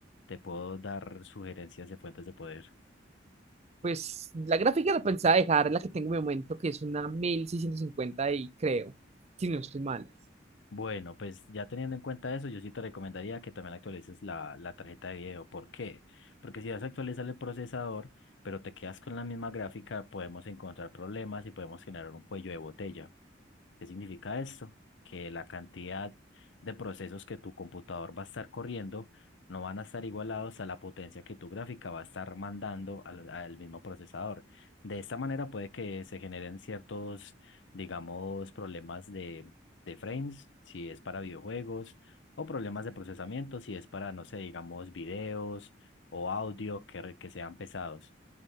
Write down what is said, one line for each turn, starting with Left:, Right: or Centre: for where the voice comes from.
Left: te puedo dar sugerencias de fuentes de poder.
Right: Pues la gráfica la pensaba dejar, la que tengo en mi momento, que es una 1650 y creo, si no estoy mal.
Left: Bueno, pues ya teniendo en cuenta eso, yo sí te recomendaría que también actualices la, la tarjeta de video. ¿Por qué? Porque si vas a actualizar el procesador, pero te quedas con la misma gráfica, podemos encontrar problemas y podemos generar un cuello de botella. ¿Qué significa esto? Que la cantidad de procesos que tu computador va a estar corriendo no van a estar igualados a la potencia que tu gráfica va a estar mandando al, al mismo procesador. De esta manera puede que se generen ciertos, digamos, problemas de, de frames, si es para videojuegos, o problemas de procesamiento, si es para, no sé, digamos, videos o audio que, re- que sean pesados.